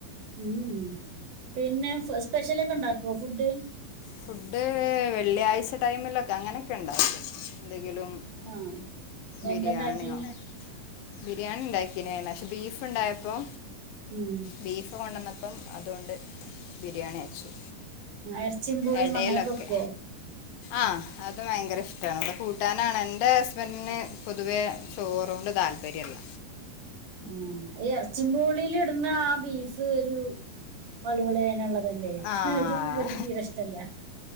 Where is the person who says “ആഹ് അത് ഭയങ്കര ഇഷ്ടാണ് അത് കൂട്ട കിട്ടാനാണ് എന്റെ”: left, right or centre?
Left